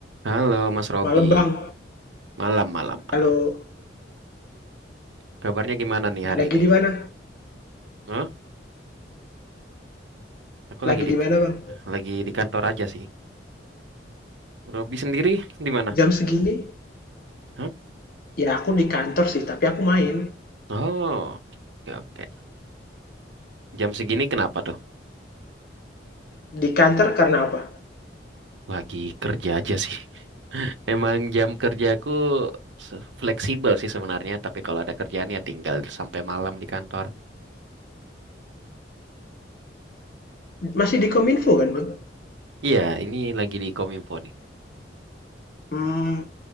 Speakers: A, on the right; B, on the left.
A: Halo Mas Robi,
B: Malam bang,
A: malam malam malam.
B: kalau
A: Kabarnya gimana nih hari
B: lagi
A: ini?
B: di mana?
A: Hah? Aku
B: Lagi
A: lagi di
B: di mana bang?
A: eh, lagi di kantor aja sih. Robi sendiri di mana?
B: Jam segini?
A: Hah?
B: Ya aku di kantor sih, tapi aku main.
A: Oh, oke oke. Jam segini kenapa tuh?
B: Di kantor karena apa?
A: Lagi kerja aja sih. <laughs> Emang jam kerjaku se- fleksibel sih sebenarnya, tapi kalau ada kerjaan ya tinggal sampai malam di kantor.
B: Masih di Kominfo kan bang?
A: Iya, ini lagi di Kominfo nih.
B: Hmm,